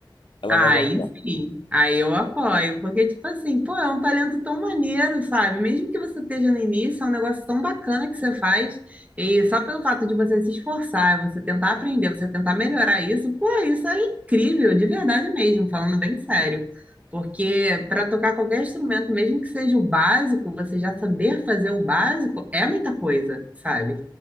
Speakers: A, on the left; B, on the right.
A: Ela
B: Aí
A: vai gostar.
B: sim, aí eu apoio, porque, tipo assim, pô, é um talento tão maneiro, sabe? Mesmo que você esteja no início, é um negócio tão bacana que você faz, e só pelo fato de você se esforçar, você tentar aprender, você tentar melhorar isso, pô, isso é incrível, de verdade mesmo, falando bem sério. Porque para tocar qualquer instrumento, mesmo que seja o básico, você já saber fazer o básico é muita coisa, sabe?